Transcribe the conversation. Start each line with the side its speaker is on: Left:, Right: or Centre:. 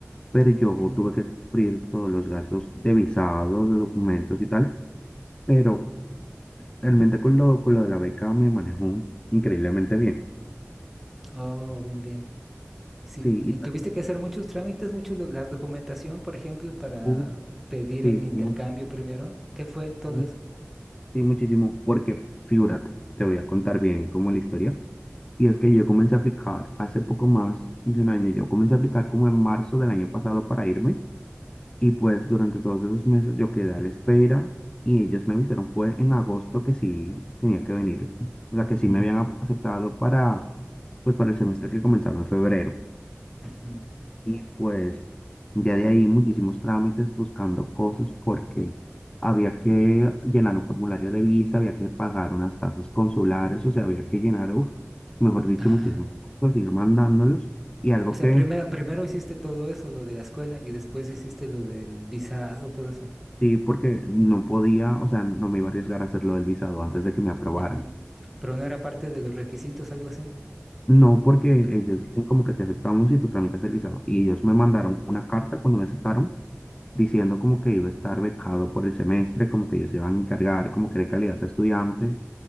Left: pero yo
Centre: Mm,
Left: tuve que cubrir todos los gastos de visados, de documentos y tal. Pero realmente con lo, con lo de la beca me manejo increíblemente bien.
Centre: Oh, bien, bien. Sí,
Left: Sí,
Centre: y
Left: y
Centre: tuviste
Left: tal.
Centre: que hacer muchos trámites, muchos, de- la documentación, por ejemplo, para
Left: Uy,
Centre: pedir
Left: Sí,
Centre: el
Left: sí,
Centre: intercambio
Left: mu-
Centre: primero. ¿Qué fue todo
Left: sí,
Centre: eso?
Left: sí, muchísimo. Porque, figúrate, te voy a contar bien como la historia. Y es que yo comencé a aplicar hace poco más de un año. Yo comencé a aplicar como en marzo del año pasado para irme. Y pues durante todos esos meses yo quedé a la espera y ellos me avisaron, fue en agosto que sí tenía que venir. O sea, que sí me habían aceptado para, pues, para el semestre que comenzaba en febrero.
Centre: Ujú.
Left: Y pues ya de ahí muchísimos trámites buscando cosas porque había que llenar un formulario de visa, había que pagar unas tasas consulares, o sea, había que llenar, uf, mejor dicho,
Centre: Ajá.
Left: muchísimas cosas, ir mandándolos. Y algo
Centre: O sea,
Left: que
Centre: primero, primero hiciste todo eso, lo de la escuela, y después hiciste lo del visado, todo eso.
Left: sí, porque no podía, o sea, no me iba a arriesgar a hacer lo del visado antes de que me aprobaran.
Centre: Ujú. Pero no era parte de los requisitos, algo así.
Left: No, porque
Centre: No.
Left: ellos dicen como que te aceptamos y tú tramitas el visado. Y ellos me mandaron una carta cuando me aceptaron diciendo como que iba a estar becado por el semestre, como que ellos se iban a encargar, como que de calidad de estudiante,